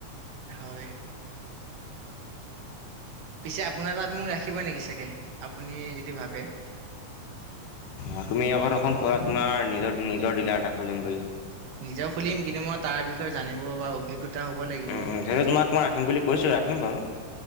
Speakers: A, on the right; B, on the left.
A: হয়। পিছে আপোনাৰ তাত মোক ৰাখিব নেকি চাগে আপুনি যদি ভাবে।
B: অ', তুমি আগত দেখোন কোৱা তোমাৰ নিজৰ ডিলাৰ এটা খুলিম বুলি।
A: নিজেও খুলিম কিন্তু মই তাৰ বিষয়ে জানিব বা অভিজ্ঞতা হ'ব লাগিব
B: উম, উম, সেইেটো তোমাক মই ৰাখিম বুলি কৈছোঁ ৰাখিম বাৰু। উম,